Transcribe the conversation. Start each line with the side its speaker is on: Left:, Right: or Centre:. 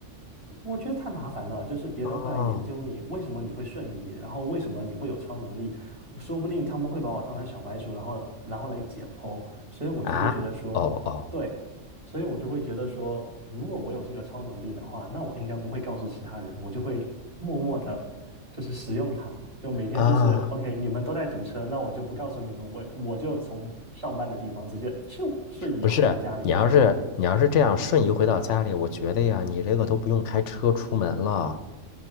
Right: 我觉得太麻烦了，就是别人会来研究你，
Left: 哦
Right: 为什么你会瞬移，然后为什么你会有超能力，我说不定他们会把我当成小白鼠，然后然后来解剖，所以我就会觉得说，
Left: 啊，哦哦
Right: 对，所以我就会觉得说，如果我有这个超能力的话，那我应该不会告诉其他人，我就会默默的，就是使用它，就每天就是
Left: 啊。
Right: OK，你们都在堵车，那我就不告诉你们，我我就从上班的地方直接就瞬移回到家里面就好了，
Left: 不是，你要是你要是这样瞬移回到家里，我觉得呀，你这个都不用开车出门了。